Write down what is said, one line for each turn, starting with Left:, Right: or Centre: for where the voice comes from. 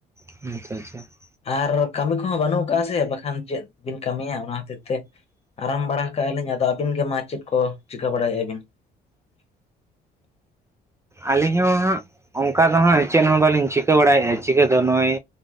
Right: <inaudible>
Left: ᱟᱨ ᱠᱟᱹᱢᱤ ᱠᱚᱦᱚᱸ ᱵᱟᱹᱱᱩᱜ ᱟᱠᱟᱫ ᱟᱥᱮ, ᱵᱟᱠᱷᱟᱱ ᱪᱮᱫ ᱵᱤᱱ ᱠᱟᱹᱢᱤᱭᱟ ᱚᱱᱟ ᱦᱚᱛᱤᱨ ᱛᱮ ᱟᱨᱟᱢ ᱵᱟᱲᱟ ᱟᱠᱟᱜ ᱟᱞᱤᱧ, ᱟᱫᱚ ᱟᱹᱵᱤᱱ ᱜᱮ ᱢᱟ ᱪᱮᱫ ᱠᱚ ᱪᱤᱠᱟᱹ ᱵᱟᱲᱟᱭᱮᱫ ᱟᱵᱤᱱ? <unintelligible>
Right: ᱟᱹᱞᱤᱧ ᱦᱚᱸ ᱦᱟᱸᱜ ᱚᱱᱠᱟ ᱫᱚ ᱦᱟᱸᱜ ᱪᱮᱫ ᱦᱚᱸ ᱵᱟᱹᱞᱤᱧ ᱪᱤᱠᱟᱹ ᱵᱟᱲᱟ ᱮᱫᱼᱟ, ᱪᱤᱠᱟᱹ ᱫᱚ ᱱᱚᱜᱼᱚᱭ